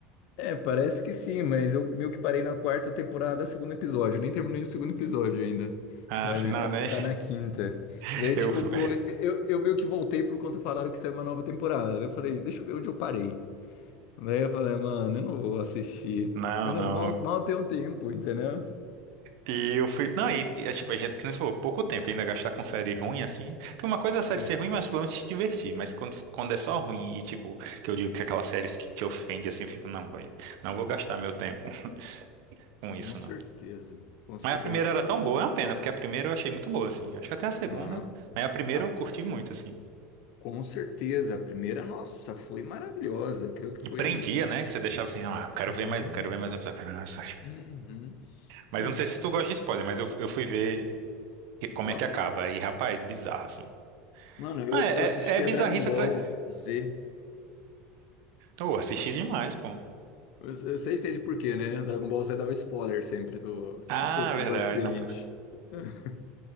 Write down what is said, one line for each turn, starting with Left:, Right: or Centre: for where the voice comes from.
Left: É, parece que sim, mas eu meio que parei na quarta temporada, segundo episódio. Nem terminei o segundo episódio ainda.
Right: Ah,
Left: Sabe?
Right: afinal,
Left: Tá,
Right: né?
Left: tá na quinta.
Right: <laughs>
Left: Daí,
Right: Eu
Left: tipo,
Right: fui.
Left: pô, eu, eu meio que voltei por conta falaram que saiu uma nova temporada. Daí eu falei, deixa eu ver onde eu parei. Daí eu falei, mano, eu não vou assistir.
Right: Não,
Left: Eu não-
Right: não.
Left: mal, mal tenho tempo, entendeu?
Right: E eu fui. Não, e, e é tipo, a gente, que nem você falou, pouco tempo ainda gastar com série ruim, assim. Porque uma coisa é a série
Left: É,
Right: ser ruim, mas pelo menos te divertir. Mas quando, quando é só ruim e, tipo, que eu digo que aquelas séries que, que ofende, assim, eu fico, não, boy, não vou gastar meu tempo <laughs> com isso,
Left: com certeza.
Right: não.
Left: Com certeza.
Right: Mas a primeira
Left: Tem-
Right: era tão boa, é uma pena, porque a primeira eu achei muito boa, assim. Acho que até a segunda,
Left: Não.
Right: mas a primeira
Left: A-
Right: eu curti muito, assim.
Left: com certeza, a primeira, nossa, foi maravilhosa. Creio que foi.
Right: E prendia, né? Que você deixava
Left: Sim.
Right: assim, ah, quero ver mais um, quero ver mais um episódio. quero ver mais um episódio."
Left: Uhum.
Right: Mas
Left: Hum,
Right: eu não sei se tu gosta de spoiler, mas eu, eu fui ver como
Left: pode
Right: é que acaba.
Left: falar.
Right: E, rapaz, bizarro, assim.
Left: Mano, eu,
Right: Ah, é,
Left: eu assistia
Right: é é bizarrice
Left: Dragon Ball
Right: atrás.
Left: Z.
Right: Oh, assisti demais, pô.
Left: Você, você entende por quê, né? Dragon Ball Z dava spoiler sempre do,
Right: Ah,
Left: do episódio
Right: verdade.
Left: seguinte.
Right: Não...
Left: <laughs>